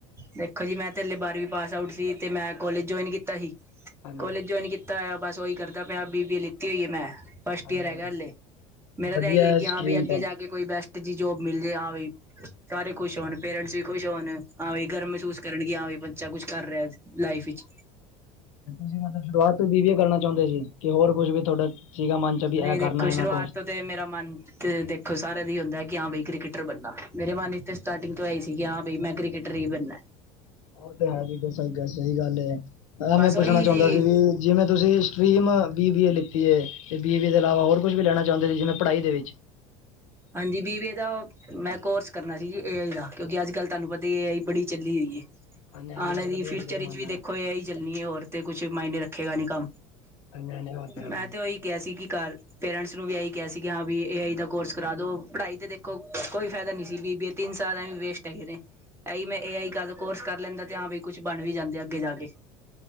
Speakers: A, on the right (about 15°); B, on the left (about 80°).
A: ਦੇਖੋ ਜੀ, ਮੈਂ ਤੇ ਹਾਲੇ ਬਾਰਵੀਂ ਪਾਸ ਆਊਟ ਸੀ ਤੇ ਮੈਂ ਕੋਲੇਜ ਜੁਆਇਨ ਕੀਤਾ ਸੀ,
B: ਹਾਂਜੀ
A: ਕੋਲੇਜ ਜੁਆਇਨ ਕੀਤਾ ਤਾ ਹੋਇਆ, ਬਸ ਓਹੀ ਕਰਦਾ ਪਿਆ, ਬੀ ਬੀ ਏ ਲਿੱਤੀ ਹੋਈਏ ਮੈਂ। ਫਸਟ
B: ਹਾਂਜੀ
A: ਈਅਰ ਹੈਗਾ
B: ਹਾਂਜੀ।
A: ਹਲੇ ਮੇਰਾ,
B: ਵਧੀਆ
A: ਤਾਂ ਇਹੀ ਹੈ ਕਿ ਹਾਂ
B: ਸਟਰੀਮ
A: ਅੱਗੇ
B: ਤਾਂ।
A: ਜਾ ਕੇ ਕੋਈ ਬੈਸਟ ਜਿ ਜੋਬ ਮਿਲ ਜਾੇ, ਹਾਂ ਵੀ ਸਾਰੇ ਖੁਸ਼ ਹੋਣ, ਪੇਰੈਂਟਸ ਵੀ ਖੁਸ਼ ਹੋਣ, ਹਾਂ ਗਰਵ ਮਹਿਸੂਸ ਕਰਨਗੇ, ਹਾਂ ਵੀ ਬੱਚਾ ਕੁਛ ਕਰ ਰਿਹਾ ਲਾਈਫ ਵਿੱਚ।
B: ਤੁਸੀਂ ਮਤਲਬ ਸ਼ੁਰੂਆਤ ਤੋਂ ਕੀ ਕੀ ਕਰਨਾ ਚਾਹੁੰਦੇ ਜੇ, ਕਿ ਹੋਰ ਕੁਛ ਵੀ ਤੁਹਾਡਾ? ਸੀਗਾ ਮਨ ਚ ਵੀ, ਐਂ
A: ਨਹੀਂ ਦੇਖੋ
B: ਕਰਨਾ ਹੈ
A: ਸ਼ੁਰੂਆਤ
B: ਮੈਂ ਕੋਰ
A: ਤੋਂ ਤੇ ਮਰਾ ਮਨ ਤੇ ਦੇਖੋ, ਸਾਰਿਆਂ ਦਾ ਹੁੰਦਾ ਕਿ ਹਾਂ ਬ ਕ੍ਰਿਕਟਰ ਬਣਨਾ, ਮੇਰੇ ਮਨ ਚ ਸਟਾਰਟਿੰਗ ਤੋਂ ਆਈ ਸੀਗੀ, ਹਾਂ ਬ, ਮੈਂ ਕ੍ਰਿਕਟਰ ਹੀ ਬਣਨਾ!
B: ਹੋਰ ਤੇ ਹੈ ਜੀ, ਸ ਸਹੀ ਗੱਲ,
A: ਬਸ
B: ਮੈਂ
A: ਉਹੀ
B: ਪੁੱਛਣਾ ਚਾਹੁੰਦਾ
A: ਜੀ
B: ਸੀ ਵੀ ਜਿਵੇਂ ਤੁਸੀਂ ਸਟਰੀਮ ਬੀ ਬੀ ਏ ਲਿੱਤੀ ਹੈ। ਤੇ ਬੀ ਬੀ ਏ ਦੇ ਇਲਾਵਾ ਹੋਰ ਕੁਛ ਵੀ ਲੈਣਾ ਚਾਹੁੰਦੇ ਸੀ, ਜਿਵੇਂ ਪੜ੍ਹਾਈ ਦੇ ਵਿੱਚ?
A: ਹਾਂਜੀ, ਬੀਵੇ ਦਾ ਮੈਂ ਕੋਰਸ ਕਰਨਾ ਸੀ ਜੀ ਏ ਆਈ ਦਾ, ਕਿਉਂਕਿ ਅੱਜ-ਕੱਲ੍ਹ ਤੁਹਾਨੂੰ ਪਤਾ ਏ ਆਈ ਬੜੀ ਚੱਲੀ ਹੋਈ ਹੈ।
B: ਹਾਂਜੀ ਹਾਂਜੀ
A: ਆਨ
B: ਅੱਜ
A: ਅਲੀ
B: ਕੱਲ
A: ਦੀ
B: ਏ
A: ਫਿਊਚਰ
B: ਆਈ ਦਾ ਜ਼ਮਾਨਾ
A: ਵਿਚ ਵੀ ਦੇਖੋ
B: ਹੈ।
A: ਇਹ ਹੀ ਚੱਲਣੀ ਹੈ, ਹੋਰ ਤੇ ਕੁਛ ਮਾਇਨੇ ਰੱਖੇਗਾ ਨੀ ਕੰਮ।
B: ਹਾਂਜੀ ਹਾਂਜੀ ਉਹ ਹੈ
A: ਮੈਂ
B: ਜੀ।
A: ਤੇ ਉਹੀ ਕਿਹਾ ਸੀ ਕਿ ਘਰ ਪੇਰੈਂਟਸ ਨੂੰ ਵੀ ਇਹੀ ਕਿਹਾ ਸੀ, ਕਿ ਹਾਂ ਵੀ ਏ ਆਈ ਦਾ ਕੋਰਸ ਕਰਾ ਦੋ, ਪੜ੍ਹਾਈ ਤੇ ਦੇਖੋ ਕੋਈ ਫਾਇਦਾ ਨੀ ਸੀ। ਬੀ ਬੇ ਤਿੰਨ ਸਾਲ ਐ ਵੀ ਵੇਸਟ ਹੈਗੇ ਨੇ। ਇਹੀ ਮੈਂ ਏ ਆਈ ਕਦ ਕੋਰਸ ਕਰ ਲੈਂਦਾ, ਤੇ ਹ ਬ ਕੁਛ ਬਣ ਵੀ ਜਾਂਦੇ ਅੱਗੇ ਜਾ ਕੇ।